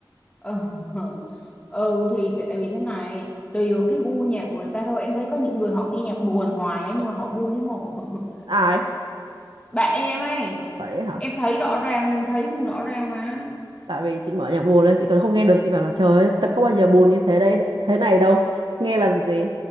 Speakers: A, on the left; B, on the right.
A: ừ, <laughs> ừ thì tại tại vì thế này tùy vào cái gu nhạc của người ta thôi em thấy có những người họ nghe nhạc buồn hoài á nhưng mà họ vui thế mồ <laughs>
B: ai
A: bạn em ấy
B: vậy hả
A: em thấy rõ ràng mình thấy mình rõ ràng mà
B: tại vì chị mở nhạc buồn lên chị còn không nghe được chị bảo là trời ơi ta có bao giờ buồn như thế đấy thế này đâu nghe làm gì